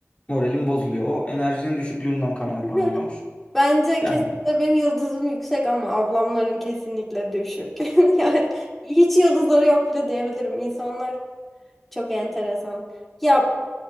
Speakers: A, on the left (about 25°); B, in the centre.
A: moralin bozuluyor. O enerjinin düşüklüğünden kaynaklanıyormuş.
B: <laughs> Bence
A: Yani
B: kesinlikle benim yıldızım yüksek ama ablamların kesinlikle düşük. <laughs> Yani hiç yıldızları yok bile diyebilirim. İnsanlar çok enteresan. Ya